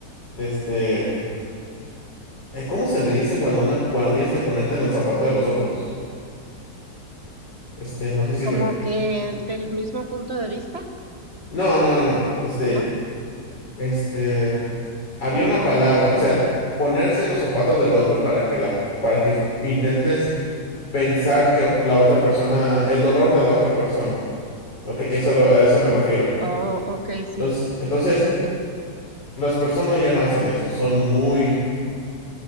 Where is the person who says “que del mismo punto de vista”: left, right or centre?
Right